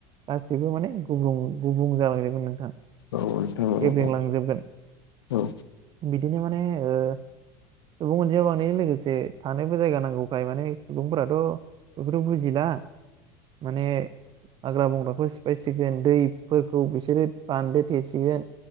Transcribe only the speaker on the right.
गासिबो माने गुबुं गुबुं जालांदोंमोन नोंथां
गेब्रेंलांजोबगोन
बिदिनो माने ओ सुबुं अनजिया बानायजों लोगोसे थानोबो जायगा नांगौखाय माने सुबुंफोराथ' बेखौथ' बुजिला माने हाग्रा बंग्राफोर सिफायसिगोन दैफोरखौ बिसोरो बान्दो थेसिगोन